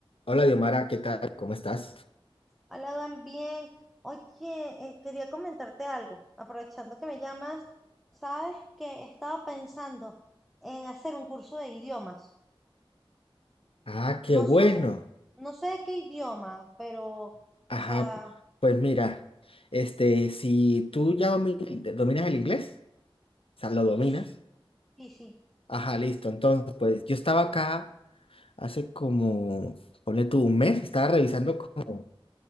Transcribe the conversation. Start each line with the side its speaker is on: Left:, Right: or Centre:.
Left: Hola, Diomara, ¿qué tal? ¿Cómo estás?
Centre: Hola, Dan, bien. Oye, eh, quería comentarte algo. Aprovechando que me llamas, sabes que estaba pensando en hacer un curso de idiomas.
Left: Ah, qué
Centre: No
Left: bueno.
Centre: sé, no sé de qué idioma, pero, o
Left: Ajá,
Centre: sea,
Left: pues mira, este, si tú ya dominas, dominas el inglés, o sea, lo dominas.
Centre: eh, sí, sí, sí.
Left: Ajá, listo. Entonces, pues yo estaba acá hace como, ponle tú un mes, estaba revisando como,